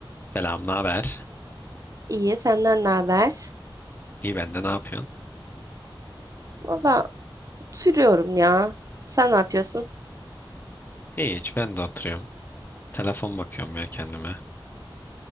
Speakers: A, on the left; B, on the right.
A: Selam, ne haber?
B: İyi, senden ne haber?
A: İyi ben de ne yapıyorsun?
B: Valla oturuyorum ya. Sen ne yapıyorsun?
A: Hiç ben de oturuyorum. Telefon bakıyorum ya kendime.